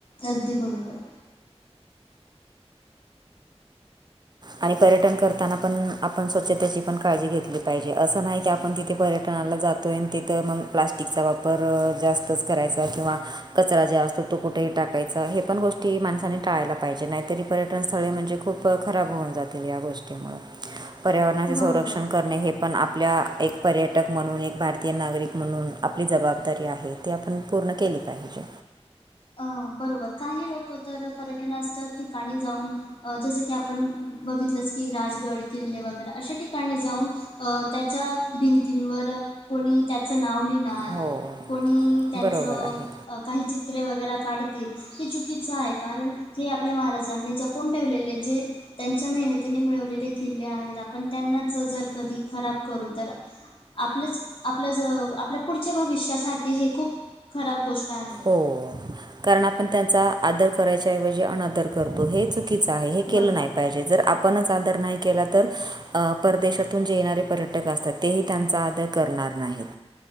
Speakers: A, on the left; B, on the right.
A: आगदी बरोबर.
B: आणि पर्यटन करताना पण आपण स्वच्छतेची पण काळजी घेतली पाहिजे, असं नाही की आपण तिथे पर्यटनाला जात तोय अन् तिथं मग प्लास्टिकचा वापर जास्तच करायचा किंवाऽ कचरा जे असतो तो कुठेही टाकायचा, हे पण गोष्टी माणसानी टाळायला पाहिजे, नाहीतरी- पर्यटन स्थळे म्हणजे खूप खराब होऊन जातील या गोष्टींमुळं, पर्यावरणाचे संरक्षण
A: बरोबर.
B: करणे हेऽ पण आपल्या एक पर्यटक म्हणून, एक भारतीय नागरिक म्हणून, आपली जबाबदारी आहे ते आपणऽ पूर्ण केली पाहिजे.
A: अं बरोबर काही लोकं तर पर्यटनास्थ ठिकाणी जाऊन अ जसं की, आपण बघितलंच की राजगड किल्ले वगैरे अशा ठिकाणी जाऊन, अ त्याच्या भिंतीवर कोणी त्याच नाव लिहिणं णार,
B: हो
A: कोणी त्यांच
B: बरोबर आहे
A: काही चित्रऽ चित्रे वगैरे काढतील, हे चुकीचा आहे, कारण हे आपल्या महाराजांनी जपून ठेवलेले जे, त्यांच्या मेहनतीने मिळवलेले किल्ले आहेत, आपण त्यांनाच जर कधी खराब करू तरऽ आपलंच, आपलं जो आपल्या पुढच्या भविष्यासाठी हे खूप खराब गोष्ट आहे.
B: हो, कारण आपण त्यांचा आदर करायच्या ऐवजी अनादर करतो, हे चु कीचं आहे, हे केलं
A: बरोबर.
B: नाही पाहिजे, जर आ आपणच आदर नाही केला तर, परदेशातून जे येणारे पर्यटक असतात, तेही त्यांचा आदर करणार नाहीत,